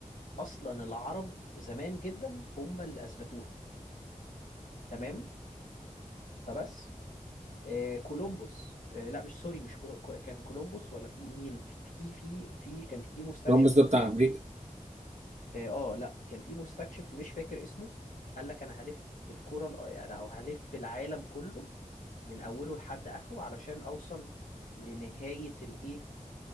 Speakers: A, on the left; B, on the right.
A: أصلا العرب زمان جدا هم اللي أثبتوها تمام فبس آه كولومبوس آه لا مش سوري مش كولو... كو- كان كولومبوس ولا في مين في في في في كان في مستكشف
B: راموس ده بتاع أمريكا
A: اه آه، لا كان في مستكشف مش فاكر اسمه قال لك انا هلف الكرة الأ- انا هلف العالم كله من اوله لحد اخره علشان اوصل لنهاية الايه